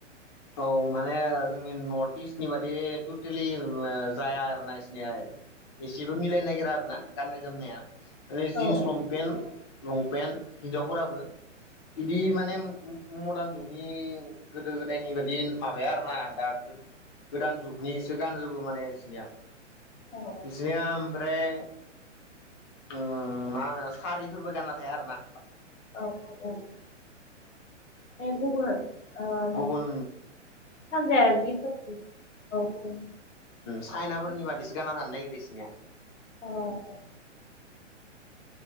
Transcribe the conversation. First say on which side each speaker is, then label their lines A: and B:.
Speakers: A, on the left; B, on the left.
A: औ माने जोंनि नर्थ इस्टनि बादि टटेलि ओ जाया आरोना इसिनिया एसेबो मिलायनो नागिरा आरो ना गाननाय जोमनाया <unintelligible> जिन्स
B: औ औ
A: लमपेन लंपेन हिनजावफोराबो बिदि माने <unintelligible> मदार्न जुगनि गोदो गोदायनि बायदि माबाया आरोना दा गो-गोदान जुगनिसो गानजोबो माने इसिनिया
B: औ
A: बिसिनिया ओमफ्राय ओ मा होनो सारिफोरबो गानना थाया आरो ना
B: औ औ औ <unintelligible>
A: गुबन
B: सानजायारिनि <unintelligible> औ गुबुन
A: चाइनाफोरनि बादिसो गानना थानो नागिरो इसिनिया
B: अ अ